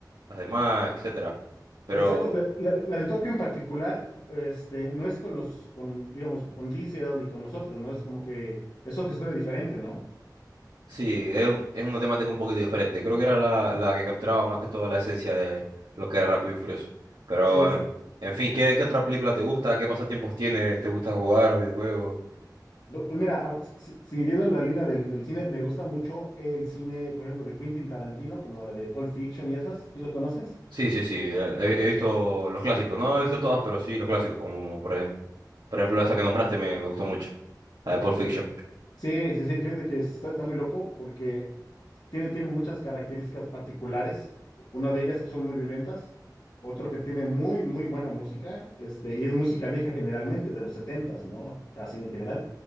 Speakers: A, on the right; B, on the left.
A: las demás, etcétera. Pero
B: Exacto, la, la- la de Tokio en particular, este, no es con los, con, digamos, con Diesel y con los otros, ¿no? Es como que es otra historia diferente, ¿no?
A: Sí, es, un- es una temática un poquito diferente. Creo que era la, la que capturaba más que todo la esencia de lo que era Rápido y Furioso. Pero,
B: Sí, exacto.
A: en, en fin, ¿qué, qué otra película te gusta? ¿Qué pasatiempos tienes? ¿Te gusta jugar los videojuegos?
B: Bu- Pues mira, a- si- si, siguiendo la línea del, del cine, me gusta mucho el cine, por ejemplo, de Quentin Tarantino, como la de Pulp Fiction y esas, ¿sí lo conoces?
A: Sí, sí, sí. eh, He, he visto los clásicos. No he visto todas, pero sí los clásicos. Como por ejemplo, por ejemplo esa que nombraste me, me gustó mucho. La de Pulp Fiction.
B: Sí, sí, sí, fíjate que está, está muy loco porque tiene, tiene muchas características particulares, una de ellas que son muy violentas, otro que tiene muy, muy buena música, este, y es música vieja generalmente, de los setentas, ¿no? Así en general.